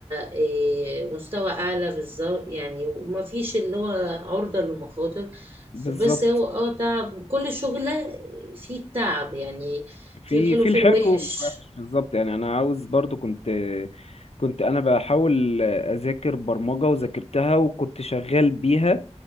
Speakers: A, on the right; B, on the left.
A: إيه، مستوى اعلى بالظبط يعني وما فيش اللي هو عرضة للمخاطر
B: بالظبط
A: بس هو اه تعب كل شغلة فيه التعب يعني
B: في
A: فيه الحلو
B: في
A: فيه
B: الحلو
A: الوحش
B: والوحش بالظبط يعني انا عاوز برضو كنت كنت انا بحاول اذاكر برمجه وذاكرتها وكنت شغال بيها